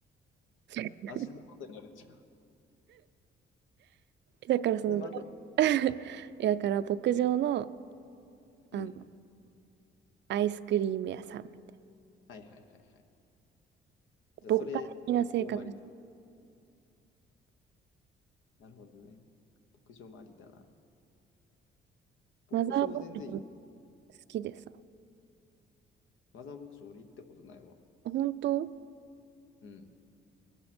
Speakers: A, on the right; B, on the left.
A: <laughs>
B: 足で元になるじゃん。
A: だからその、
B: で、また、
A: ど <laughs> いやだから牧場の、
B: うん。
A: あの、アイスクリーム屋さんみたい
B: はいはいはいはい。じゃあ、
A: な。
B: それ、
A: 牧歌的な生活。
B: 牧場もありなるほどね。牧場もありだな。牧場全然いい。
A: マザー牧場好きでさ。
B: マザー牧場俺行ったことないわ。
A: 本当
B: うん。